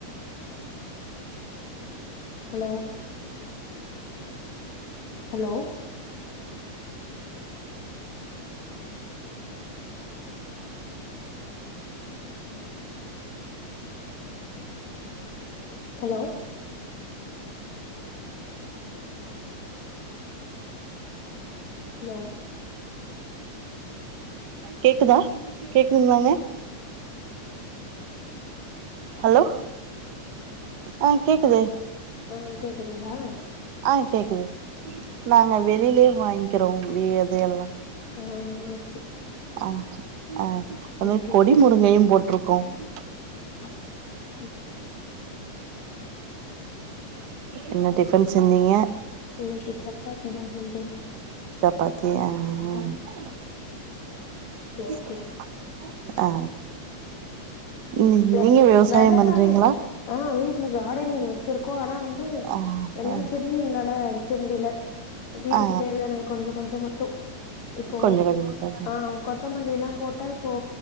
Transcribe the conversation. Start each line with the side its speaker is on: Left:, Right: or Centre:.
Left: hello hello hello hello
Right: கேக்குதா கேக்குதுங்களாங்க ஹலோ ஆ கேக்குது
Left: ஆ கேக்குதுங்ளா
Right: ஆ கேக்குது நாங்க வெளிலிலே வாங்கி கிறோ வே வெதை எல்லா
Left: ஆ ஆ
Right: ஆ ஆ அதும
Left: ஓகே
Right: கொடி
Left: ஓகே
Right: முருங்கையு போட்ருக்கு க்கு
Left: <inaudible>
Right: என்ன டிஃபன் செஞ்சீங்க
Left: இன்னைக்கு சப்பாத்தி தா செஞ்சோ
Right: சப்பாத்தி <inaudible>
Left: ஆ ஓகே ஓகே
Right: <inaudible> ஆ ம்
Left: வெ
Right: நீங்க விவசாய
Left: வெததா
Right: பண்றீங்களா
Left: ஆ வீட்ல காடனிங் வ ச்சிருக்கோ ஆனா வந்து
Right: ஆ
Left: எல்லா
Right: ஆ
Left: செடியு எங்ளால வைக்க முடில வீட்டுக்கு
Right: ஆ
Left: தேவையானது கொஞ்சோ கொஞ்சோ மட் <unintelligible> இப்போ
Right: கொஞ்ச கொஞ்சமா கொஞ்ச
Left: ஆ கொத்தமல்லில்லா போட் ஓ